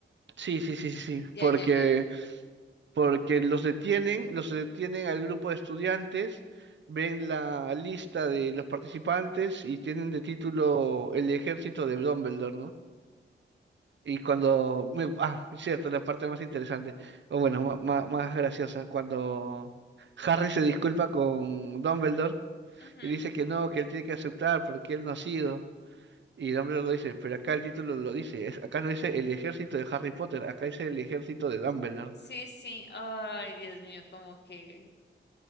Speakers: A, on the right (about 65°); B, on the left (about 60°).
A: Sí, sí, sí, sí,
B: Ya,
A: porque,
B: ya, ya.
A: porque los detienen, los detienen al grupo de estudiantes, ven la lista de los participantes y tienen de título el ejército de Dumbledore, ¿no? Y cuando... me- ah, cierto, la parte más interesante, o bueno, ma- ma- más graciosa, cuando Harry se disculpa con Dumbledore
B: Ujú.
A: y dice que no, que él tiene que aceptar porque él no ha sido. Y Dumbledore lo dice, pero acá el título lo dice, es- acá no dice el ejército de Harry Potter, acá dice el ejército de Dumbledore.
B: Sí, sí. Ay, Dios mío, como que.